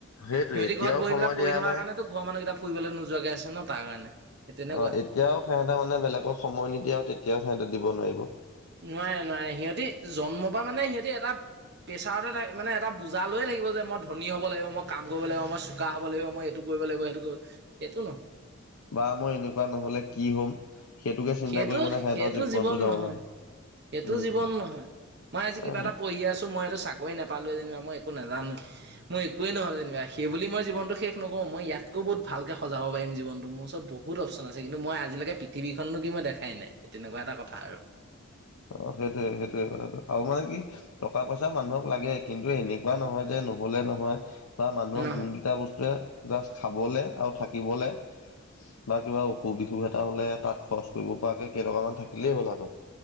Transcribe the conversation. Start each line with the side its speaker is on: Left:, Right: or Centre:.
Left: সেইটো
Right: সিহঁতি
Left: এতিয়াও
Right: ঘৰত বহি
Left: সময়
Right: পেলাই, পঢ়ি
Left: দিয়া
Right: থকাৰ
Left: নাই
Right: কাৰণেতো ঘৰ মানুহকেইতা ফুৰিবলৈ নোযোৱাকৈ আছে ন? তাৰ কাৰণে সেই তেনেকুৱা
Left: অ', এতিয়াও সিহঁতে মানে, বেলেগক সময় নিদিয়ে আৰু তেতিয়াও সিহঁতে দিব নোৱাৰিব।
Right: নোৱাৰে, নোৱাৰে। সিহঁতি জন্ম পা মানে, সিহঁতি এটা প্ৰেছাৰতেই তাই, মানে এটা, বোজা লৈয়ে থাকিব যে মই ধনী হ'ব লাগিব, মই কাম কৰিব লাগিব, মই চুকা হ'ব লাগিব, মই এইটো কৰিব লাগিব, সেইটো কৰিব লাগিব, এইটো নহয়
Left: বা মই এনেকুৱা নহ'লে কি হ'ম, সেইটোকে চিন্তা
Right: সেইটো
Left: কৰি মানে সিহঁতৰ
Right: সেইটো
Left: জীৱনটো
Right: জীৱন
Left: যাব
Right: নহয়
Left: মানে
Right: সেইটো
Left: উম
Right: জীৱন নহয়। মই আজি
Left: উম
Right: কিবা এটা পঢ়ি আছোঁ, মই এইটো চাকৰি নাপালোঁৱেই যেনিবা, মই একো নাজানোৱেই মই একোৱেই নহ'লোঁ যেনিবা, সেই বুলি মই জীৱনটো শেষ নকৰোঁ। মই ইয়াতকৈ বহুত ভালকৈ সজাব পাৰিম জীৱনটো। মোৰ ওচৰত বহুত অপচন আছে কিন্তু মই আজিলৈকে পৃথিৱীখননো কি মই দেখাই নাই তেনেকুৱা এটা কথা আৰু।
Left: অ সেইটোয়ে সেইটোয়ে কথাটো আৰু মানে কি টকা পইচা পইচা মানুহক লাগে কিন্তু এনেকুৱা নহয় যে নহলে নহয় বা মানুহক
Right: নহয়
Left: যোনকেইটা বস্তুৱে জাষ্ট খাবলে আৰু থাকিবলে বা কিবা অসুখ বিসুখ এটা হ'লে তাত খৰচ কৰিব পৰাকে কেইটকামান থাকিলেই হ'ল হাতত।